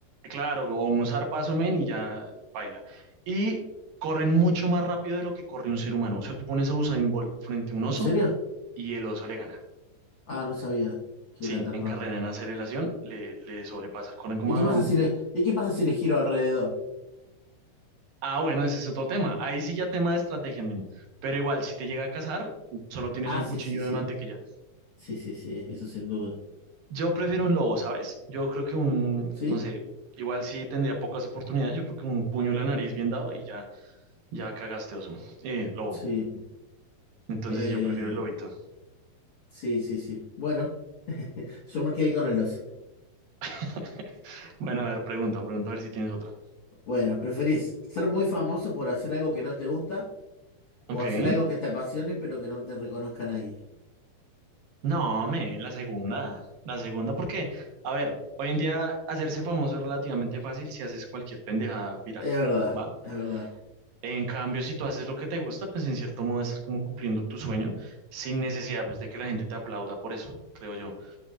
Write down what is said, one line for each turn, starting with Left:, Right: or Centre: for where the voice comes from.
Right: Claro, o un zarpazo, men, y ya baila. Y corren mucho más rápido de lo que corre un ser humano. O sea, tú pones a Usain Bolt frente a un
Left: ¿En
Right: oso
Left: serio?
Right: y el oso le gana.
Left: Ah, no sabía que
Right: Sí,
Left: era tan
Right: en
Left: rápido.
Right: carrera, en aceleración, le, le sobrepasa. Corren como
Left: ¿Y qué
Right: a
Left: pasa si le, y qué pasa si le giro alrededor?
Right: Ah, bueno, ese es otro tema. Ahí sí ya tema de estrategia, men. Pero igual, si te llega a cazar, solo tienes
Left: Ah,
Right: un
Left: sí,
Right: cuchillo
Left: sí, sí.
Right: de mantequilla.
Left: Sí, sí, sí, eso sin duda.
Right: Yo prefiero un lobo, ¿sabes? Yo creo que un,
Left: ¿Sí?
Right: no sé, igual sí tendría pocas oportunidades. Yo creo que un puño en la nariz bien dado y ya, ya cagaste, oso. Eh, lobo.
Left: Sí.
Right: Entonces
Left: Eh,
Right: yo prefiero el lobito.
Left: sí, sí, sí. Bueno, <laughs> yo me quedé con el oso.
Right: <laughs> Bueno, a ver, pregunta, pregunta a ver si tienes otra.
Left: Bueno, ¿preferís ser muy famoso por hacer algo que no te gusta o
Right: Ok.
Left: hacer algo que te apasione pero que no te reconozca nadie?
Right: No, men, la segunda. La segunda, porque, a ver, hoy en día hacerse famoso es relativamente fácil si haces cualquier pendejada viral.
Left: Es verdad,
Right: ¿Va?
Left: es verdad.
Right: En cambio, si tú haces lo que te gusta, pues en cierto modo estás como cumpliendo tu sueño sin necesidad pues de que la gente te aplauda por eso, creo yo.